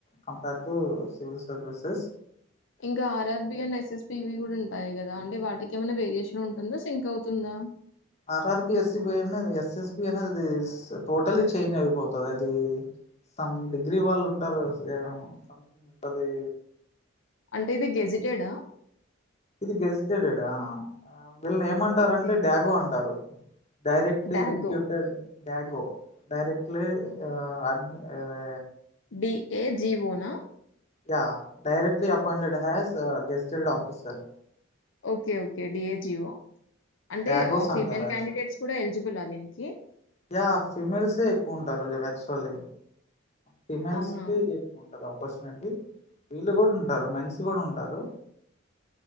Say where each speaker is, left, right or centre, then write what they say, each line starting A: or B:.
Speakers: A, on the left (about 30°); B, on the left (about 65°).
A: compare civil services
B: ఇంకా ఆర్ఆర్బి అండ్ ఎస్ఎస్ పి వి కూడు న్ టాయ్ కదా అంటే వాటికి ఏమైనా, వేరియేషన్ ఉంటుందా సింక్ అవుతుందా.
A: ఆర్ఆర్బి, ఎస్సబి అనేది ఎస్ఎస్బి అనేది టోటల్లి చేంజ్ అయిపోతది, అది సమ్ డిగ్రీ వాళ్ళు ఉంటారు సథింగ్ ఉంటది.
B: అంటే ఇది గెజిటెడా
A: ఇది గేజ్ టెడ్ ఆ వీళ్ళని ఏమంటారంటే
B: ఓకే.
A: డాగో అంటారు డైరెక్ట్లీ
B: డాగో.
A: రిక్ర్యూటెడ్ డ్యాగో డైరెక్ట్లీ అ అడ్ ఇది
B: డి ఏ జీవోనా
A: yeah directly appointed has gazetted officer
B: okay okay DAGO అంటే
A: డాగోస్
B: ఆ ఫీమేల్
A: అంటారు యాక్చువల్
B: క్యాండిడేట్స్ కూడ ఎలిజిబుల్ ఆ దీనికి
A: యా ఫిమేల్స్ ఎ ఎక్కువ ఉంటారు కదా యాక్చులి ఫీమెయిల్స్
B: అవునా?
A: కి ఎక్కువ ఉంటంది అఫ్ ఫస్ట్ నైట్ కి. వీళ్ళు కూడ ఉంటారు మెన్స్ కూడ ఉంటారు.